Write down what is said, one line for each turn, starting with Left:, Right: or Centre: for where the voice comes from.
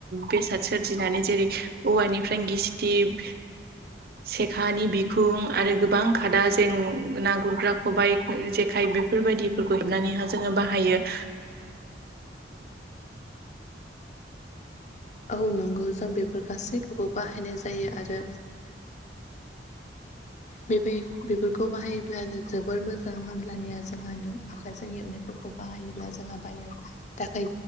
Right: बेसाद सोरजिनानै जेरै औवानिफ्राय गिसिब। सेखानि बिखुं आरो गोबां खादा जें ना गुरग्रा खबायाइ जेखाय बे बेफोरबायदिफोरखौ हेबनानैहा जोङो बाहायो।
Left: औ नंगौ जों बेफोर गासैखौबो बाहायनाय जायो। आरो बेबाय बेफोर खौ बाहायोब्लानो जोबोर मोजां होमबनिया जोंहा न आखाइजों हेबनायफोरखौ बाहायोब्ला जोंहा बाहनो। थाखाय